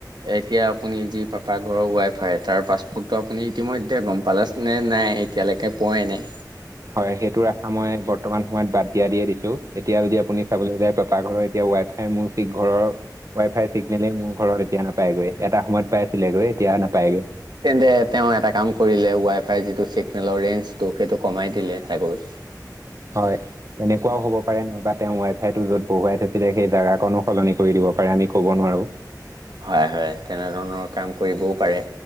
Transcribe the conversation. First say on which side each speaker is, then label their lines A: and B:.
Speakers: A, on the right; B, on the right.
A: এতিয়া আপুনি যি পাপা ঘৰৰ ৱাই-ফাই, তাৰ পাছপোৰ্টটো আপুনি ইতিমধ্যে গ'ম পালে নে নাই? এতিয়ালৈকে পোৱাই নাই?
B: হয়, সেইটোৰ আশা মই বৰ্তমান সময়ত বাদ দিয়া দিয়ে দিছো। এতিয়া যদি আপুনি চাবলৈ যায় পাপা ঘৰৰ এতিয়া ৱাই-ফাই ই সি মোৰ ঘৰৰ ৱাই-ফাই চিগনেলেই মোৰ ঘৰত এতিয়া নাপায়গৈ, এটা সময়ত পাইছিলেগৈ এতিয়া নাপায়গৈ।
A: তেন্তে তেওঁ এটা কাম কৰিলে, ৱাই-ফাইৰ যিটো চিগনেলৰ ৰেঞ্জটো সেইটো কমাই দিলে চাগৈ।
B: হয়। এনেকুৱাও হ'ব পাৰে, নহয়বা তেওঁ ৱাই-ফাইটো য'ত বহুৱাই থৈছিলে সেই জেগাকনো সলনি কৰি দিব পাৰে, আমি ক'ব নোৱাৰোঁ।
A: হয়, হয়। তেনেধৰণৰ কাম কৰিবও পাৰে,